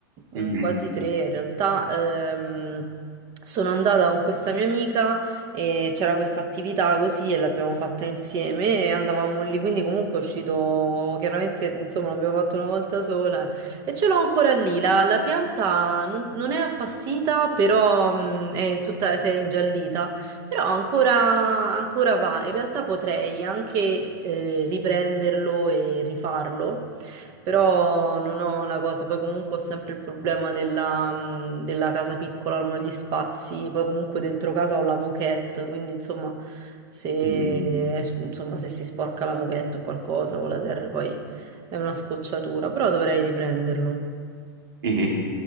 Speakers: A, on the right; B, on the right.
A: Mhm,
B: mm, quasi tre in realtà, ehm, sono andata con questa mia amica e c'era questa attività così e l'abbiamo fatta insieme e andavamo lì, quindi comunque è uscito, chiaramente insomma l'abbiamo fatto una volta sola e ce l'ho ancora lì, la, la pianta non, non è appassita, però mh, è tutta, si è ingiallita, però ancora, ancora va. In realtà potrei anche eh, riprenderlo e rifarlo, però non ho la cosa, poi comunque ho sempre il problema della, mh, della casa piccola, non ho gli spazi, poi comunque dentro casa ho la moquette, quindi insomma se,
A: mhm,
B: insomma se si sporca la moquette o qualcosa con la terra poi è una scocciatura, però dovrei riprenderlo.
A: mhm.